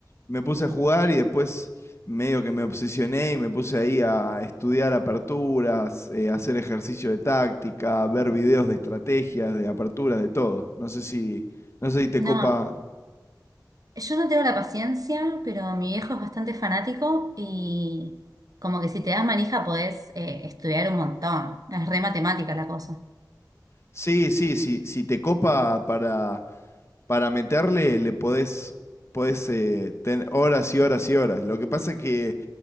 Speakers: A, on the left; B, on the right.
A: Me puse a jugar y después medio que me obsesioné y me puse ahí a estudiar aperturas, eh, hacer ejercicio de táctica, ver videos de estrategias, de aperturas, de todo. No sé si, no sé si te
B: No,
A: copa.
B: yo no tengo la paciencia, pero mi viejo es bastante fanático y como que si te das manija podés eh, estudiar un montón. Es re matemática la cosa.
A: Sí, sí, sí, si te copa para, para meterle, le podés, podés eh, tener horas y horas y horas. Lo que pasa es que